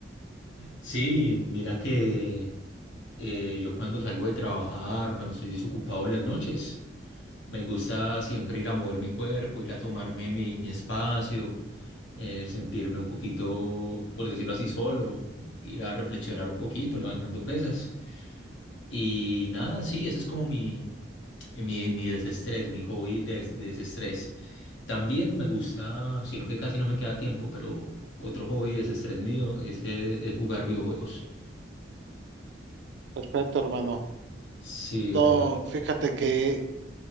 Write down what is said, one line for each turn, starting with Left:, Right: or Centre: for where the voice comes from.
Left: Sí, mira que eh, yo cuando salgo de trabajar, cuando estoy desocupado en las noches, me gusta siempre ir a mover mi cuerpo, ir a tomarme mi, mi espacio, eh, sentirme un poquito, por decirlo así, solo, ir a reflexionar un poquito, levantando pesas. Y nada, sí, ese es como mi, mi, mi desestrés, mi hobby de, de desestrés. También me gusta, sino que casi no me queda tiempo, pero otro hobby de desestrés mío es, eh, es jugar videojuegos.
Right: Perfecto, hermano.
Left: Sí, bro.
Right: No, fíjate que